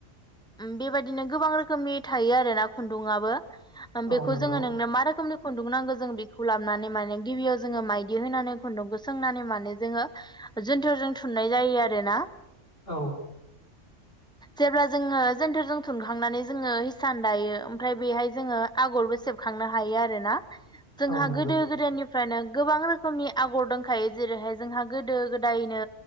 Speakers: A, in the centre; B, on the left.
A: बेबदिनो गोबां रोखोमनि थायो आरो ना खुन्दुङाबो ओम
B: औ
A: बेखौ
B: नंगौ
A: जोङो नोंनो मा रोखोमनि खुन्दुं नांगौ जों बेखौ लाबानै माने गिबियाव जोङो माइदि होनानै खुन्दुंखौ सोंनानै माने जोङो जोन्थोरजों थुननाय जायोआरोना।
B: औ।
A: जेब्ला जोङो जोन्थोरजों थुनखांनानै जोङो हिसान दायो ओमफ्राय बेहाय जोङो आगरबो सेबखांनो हायो आरोना। जोंहा
B: औ नंगौ
A: गोदो गोदायनि फ्रायनो गोबां रोखोमनि आगर दोंखायो जेरैहाय जोंहा गोदो गोदायनो